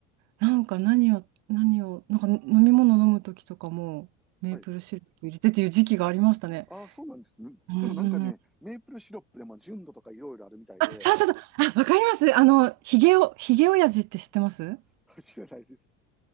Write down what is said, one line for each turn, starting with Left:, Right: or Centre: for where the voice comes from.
Right: なんか何を、何を、なんか飲み物飲む時とかも、メープルシロップ入れてっていう時期がありましたね。
Centre: はい。あ、そうなんですね。
Right: うん。
Centre: でもなんかね、メープルシロップでも純度とかいろいろあるみたいで、
Right: あ、そうそうそう。あ、わかります。あの、ヒゲを、ヒゲ親父って知ってます
Centre: <laughs> 知らないです。